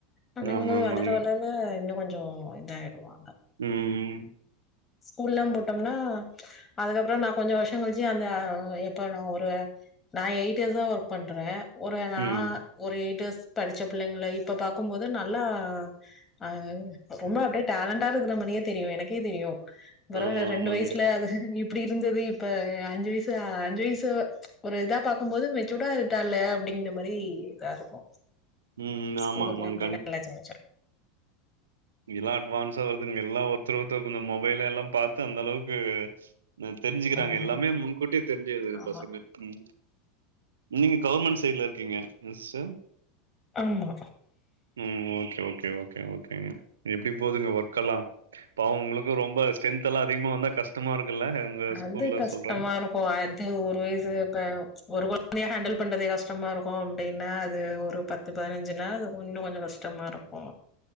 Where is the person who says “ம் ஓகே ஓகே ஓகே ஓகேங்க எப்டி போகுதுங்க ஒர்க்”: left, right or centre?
Right